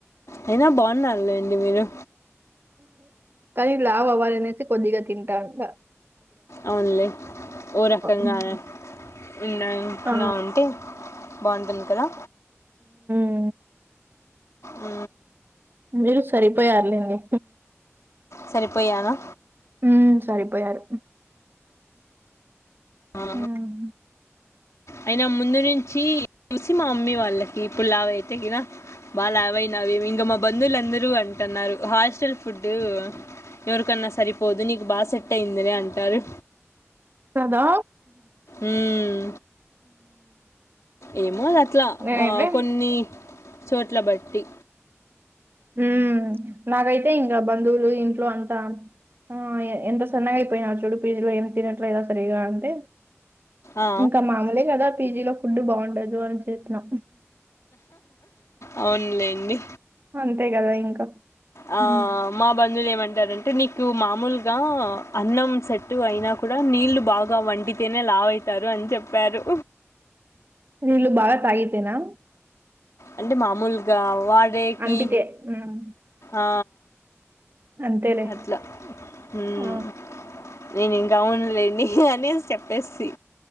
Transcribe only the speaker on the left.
అయినా బాగున్నారులేండి మీరు
అవున్లే ఓ రకంగానే
ఉన్నా ఉన్నా
అంటే బాగుంటుంది కదా
ఆ
సరిపోయానా
ఆ
అయినా ముందు నుంచీ <inaudible> చూశీ మా మమ్మీ వాళ్ళకి ఇప్పుడు లావ్ అయితే గినా బాలావైనావి ఇంగ మా బంధువులు అందరూ అంటన్నారు హాస్టల్ ఫుడ్డూ. ఎవరికన్నా సరిపోదు నీకు బాగా సెట్ అయ్యిందిలే అంటారు.
మ్మ్. ఏమో అది అట్లా
ఆ కొన్నీ చోట్లా బట్టి.
ఆ.
అవున్లేండి
ఆ
మా బంధువులు ఏమంటారంటే నీక్ కు మామూలుగా అన్నం సెట్టు అయినా కూడా నీళ్లు బాగా వండితేనే లావ్ అయితారు. అని చెప్పారు
అంటే మామూలుగా వాడేకీ
ఆ
అట్లా హ్ము
నేనింక్ గ అవునులేండి అనేశ్ చెప్పేసీ